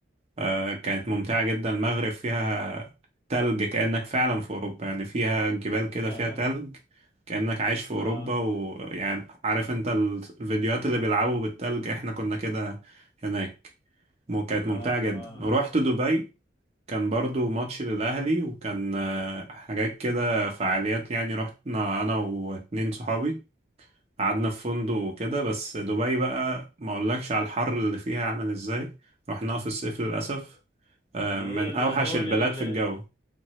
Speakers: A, on the right; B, on the left.
A: آه، كانت ممتعة جدا المغرب فيها تلج كأنك فعلا في أوروبا يعني فيها جبال كده
B: يا
A: فيها تلج كأنك عايش في أوروبا
B: اه
A: ويعني عارف أنت الفيديوهات اللي بيلعبوا بالتلج إحنا كنا كده هناك مو- كانت
B: اه
A: ممتعة جدا
B: اه
A: ورحت دبي كان برضو ماتش للأهلي وكان آه، حاجات كده فعاليات يعني رحنا أنا واتنين صحابي قعدنا في فندق وكده بس دبي بقى ما أقولكش على الحر اللي فيها عامل إزاي رحناها في الصيف للأسف آه،
B: ما
A: من
B: هي الدول
A: أوحش البلاد
B: ال-
A: في الجو